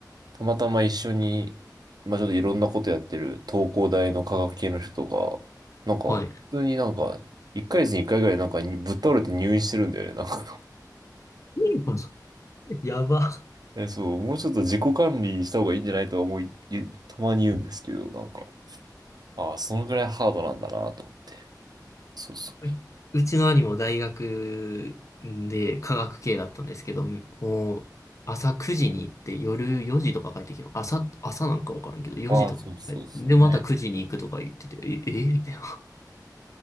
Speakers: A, on the right; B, on the left.
A: たまたま一緒に、まあちょっといろんなことやってる東工大の科学系の人が、なんか、
B: はい。
A: 普通になんか、1ヶ月に1回ぐらいなんかにぶっ倒れて入院してるんだよね、なんか。
B: <laughs> やば。
A: <laughs> え、そう、もうちょっと自己管理した方がいいんじゃないとは思い、たまに言うんですけど、なんか、ああ、そのぐらいハードなんだなと思って。そうそ
B: <laughs> うちの兄も大学で科学系だったんですけど、もう朝9時に行って夜4時とか帰ってきて、朝、朝なんかわからんけど、4時とか帰って。
A: う。ああ、そうそうそうね。
B: で、また9時に行くとか言ってて、え、えみたいな。